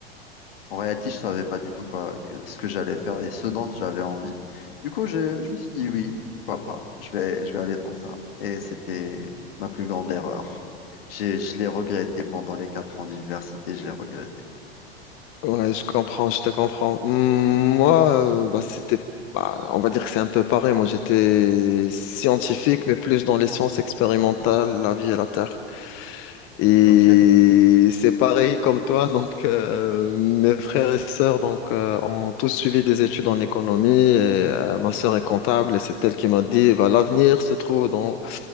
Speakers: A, on the left (about 65°); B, on the left (about 40°).
A: En réalité, je savais pas du tout quoi, ce que j'allais faire et ce dont j'avais envie. Du coup, j'ai- je me suis dit oui, pourquoi pas, je vais, je vais aller dans ça. Et c'était ma plus grande erreur. J'ai, je l'ai regretté pendant les quatre ans d'université, je l'ai regretté.
B: Ouais, je comprends, je te comprends. Mm, Moi, euh, bah, c'était, bah, on va dire que c'est un peu pareil. Moi, j'étais scientifique, mais plus dans les sciences expérimentales, la vie et la terre. Et
A: Ok.
B: c'est pareil comme toi, donc euh, mes frères et sœurs donc euh, ont tous suivi des études en économie. Et, euh, ma sœur est comptable et c'est elle qui m'a dit bah, l'avenir se trouve dans